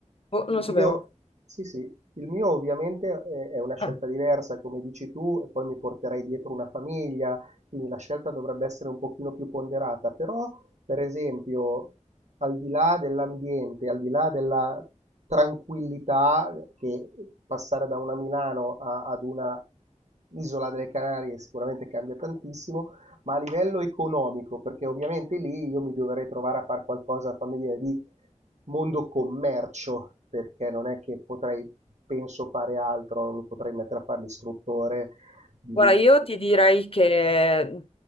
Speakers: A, on the left; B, on the right.
A: Oh, non
B: il
A: lo
B: mio
A: sapevo.
B: sì, sì, il mio ovviamente è è una scelta
A: Ah,
B: diversa, come dici tu, e poi mi porterei dietro una famiglia, quindi la scelta dovrebbe essere un pochino più ponderata, però per esempio al di là dell'ambiente, al di là della tranquillità che passare da una Milano a- ad una isola delle Canarie sicuramente cambia tantissimo, ma a livello economico, perché ovviamente lì io mi dovrei trovare a fare qualcosa, fammi dire, di mondo commercio, perché non è che potrei, penso, fare altro, non mi potrei mettere a fare l'istruttore di...
A: Guarda, io ti direi che